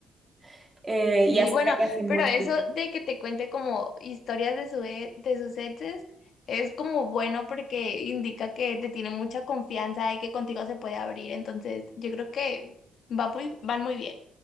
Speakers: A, on the right (about 25°); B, on the left (about 65°).
A: <laughs> eh,
B: Sí,
A: y hace,
B: bueno,
A: creo que hace mucho
B: pero eso
A: tiempo.
B: de que te cuente como historias de su e- de sus exes es como bueno porque indica que te tiene mucha confianza y que contigo se puede abrir, entonces yo creo que va muy, van muy bien.